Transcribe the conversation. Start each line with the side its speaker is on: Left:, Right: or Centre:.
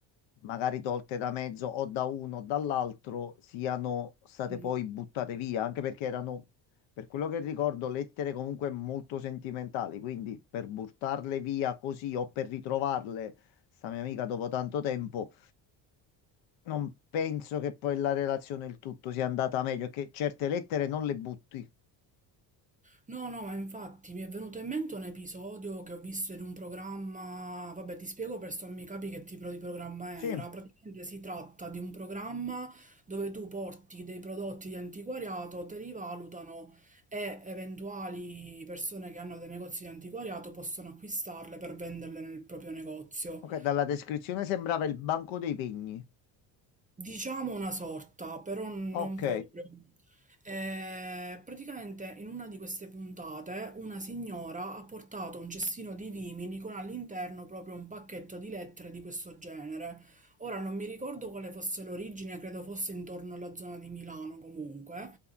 Left: magari tolte da mezzo o da uno o dall'altro, siano state
Right: mm.
Left: poi buttate via, anche perché erano, per quello che ricordo, lettere comunque molto sentimentali, quindi per buttarle via così o per ritrovarle, sta mia amica dopo tanto tempo, non penso che poi la relazione, il tutto sia andata meglio, che certe lettere non le butti.
Right: No, no, ma infatti mi è venuto in mente un episodio che ho visto in un programma, vabbè, ti spiego per sommi capi che tipo di programma
Left: Sì,
Right: era. Praticamente si tratta di un programma dove tu porti dei prodotti di antiquariato, te li valutano e eventuali persone che hanno dei negozi di antiquariato possono acquistarle per venderle nel proprio negozio.
Left: ok, dalla descrizione sembrava il banco dei pegni.
Right: Diciamo una sorta, però non
Left: Ok,
Right: proprio. Eh, praticamente in una di queste puntate una signora ha portato un cestino di vimini con all'interno proprio un pacchetto di lettere di questo genere. Ora non mi ricordo quale fosse l'origine, credo fosse intorno alla zona di Milano comunque.